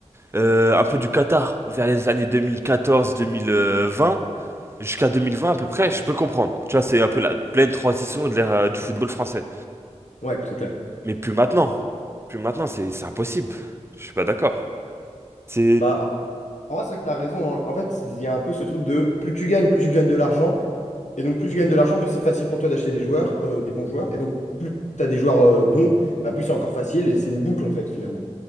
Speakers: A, on the right; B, on the left.
A: euh, un peu du Qatar, vers les années 2014-2020, jusqu'à 2020 à peu près, je peux comprendre. Tu vois, c'est un peu la pleine transition de l'ère euh, du football français.
B: Ouais, c'est clair.
A: Mais plus maintenant. Plus maintenant, c'est c'est impossible. Je suis pas d'accord. C'est
B: Bah, en vrai, c'est vrai que t'as raison. hein. En fait, il y a un peu ce truc de plus tu gagnes, plus tu gagnes de l'argent. Et donc, plus tu gagnes de l'argent, plus c'est facile pour toi d'acheter des joueurs, euh, des bons joueurs. Et donc, plus t'as des joueurs euh, bons, bah, plus c'est encore facile. Et c'est une boucle, en fait, finalement.